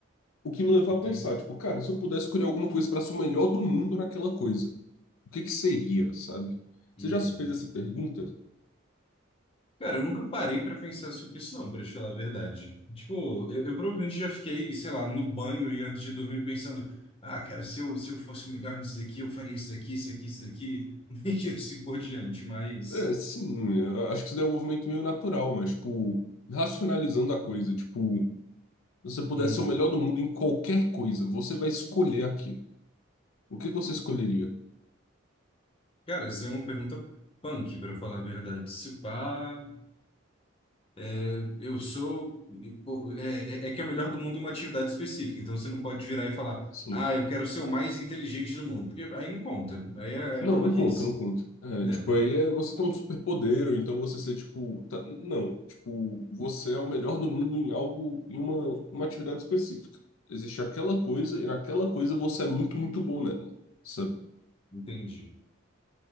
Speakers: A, on the left (about 80°); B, on the left (about 25°).
A: O que me leva
B: entendo.
A: a pensar, tipo, cara, se eu pudesse escolher alguma coisa pra ser o melhor do mundo naquela coisa. O que que seria, sabe? Você
B: Uhum.
A: já se fez essa pergunta?
B: Cara, eu nunca parei pra pensar sobre isso, não, pra te falar a verdade. Tipo, eu, eu provavelmente já fiquei, sei lá, no banho e antes de dormir pensando: ah, cara, se eu, se eu fosse o melhor nisso daqui, eu faria isso daqui, isso aqui, isso daqui, <laughs> e assim por diante. Mas,
A: É, sim, eu acho que isso daí é um movimento meio natural, mas, tipo, racionalizando a coisa, tipo, se você pudesse
B: hum,
A: ser o melhor do mundo em qualquer coisa, você vai escolher aquilo. O que que você escolheria?
B: cara, isso é uma pergunta punk, pra falar a verdade. Se pá. É, eu sou. e, pô, é, é é que é o melhor do mundo em uma atividade específica. Então você não pode virar e falar,
A: Sim.
B: ah, eu quero ser o mais inteligente do mundo. Porque aí não conta. Aí é,
A: Não,
B: é babaquice.
A: não conta, não conta. É,
B: Né?
A: tipo, aí é você ter um superpoder, ou então você ser, tipo, tá- não, tipo, você é o melhor do mundo em algo, em uma, uma atividade específica. Existe aquela coisa, e naquela coisa você é muito, muito bom nela. sabe?
B: Entendi.